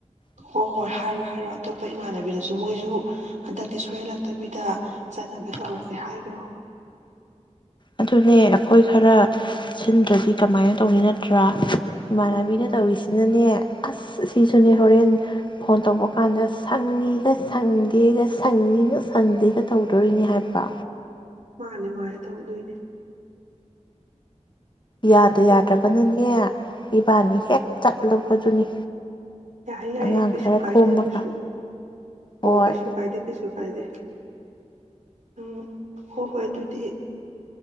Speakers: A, on the right; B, on the left.
A: ꯍꯣ ꯍꯣꯏ ꯍꯥꯏꯔꯣ ꯍꯥꯏꯔꯣ ꯑꯇꯣꯞꯄ ꯏꯃꯥꯟꯅꯕꯤꯗꯁꯨ ꯃꯣꯏꯁꯨ ꯍꯟꯗꯛꯇꯤ ꯁꯣꯏꯍꯜꯂꯛꯇꯕꯤꯗ ꯆꯠꯅꯕ ꯇꯧꯔꯁꯦ ꯍꯥꯏꯒꯔꯣ
B: ꯑꯗꯨꯅꯦ ꯑꯩꯈꯣꯏ ꯈꯔ ꯁꯤꯟꯗ꯭ꯔꯗꯤ ꯀꯃꯥꯏꯅ ꯇꯧꯅꯤ ꯅꯠꯇ꯭ꯔꯥ ꯏꯃꯥꯟꯅꯕꯤꯅ
A: ꯃꯥꯅꯦ ꯃꯥꯅꯦ
B: ꯇꯧꯔꯤꯁꯤꯅꯅꯦ ꯑꯁ ꯁꯤꯁꯨꯅꯦ ꯍꯣꯔꯦꯟ ꯐꯣꯟ ꯇꯧꯕ ꯀꯥꯟꯗ ꯁꯪꯉꯤꯒ ꯁꯪꯗꯦꯒ ꯁꯪꯉꯤꯒ ꯁꯪꯗꯦꯒ ꯇꯧꯗꯣꯔꯤꯅꯤ ꯍꯥꯏꯕ
A: ꯃꯥꯅꯤ ꯃꯥꯅꯤ ꯊꯧꯗꯣꯏꯅꯦ
B: ꯌꯥꯗ
A: ꯍꯣ
B: ꯌꯥꯗ꯭ꯔꯒꯅꯅꯦ ꯏꯕꯥꯅꯤ ꯍꯦꯛ ꯆꯠꯂꯕꯗꯨꯅꯤ
A: ꯌꯥꯏ ꯌꯥꯏꯌꯦ
B: ꯑꯉꯥꯡ
A: ꯀꯩꯁꯨ
B: ꯈꯔ
A: ꯀꯥꯏꯗꯦ
B: ꯈꯣꯝꯃꯒ
A: ꯑꯗꯨꯁꯨ ꯑꯣ
B: ꯍꯣꯏ
A: ꯀꯩꯁꯨ ꯀꯥꯏꯗꯦ ꯀꯩꯁꯨ ꯀꯥꯏꯗꯦ ꯎꯝ ꯍꯣꯏ ꯍꯣꯏ ꯑꯗꯨꯗꯤ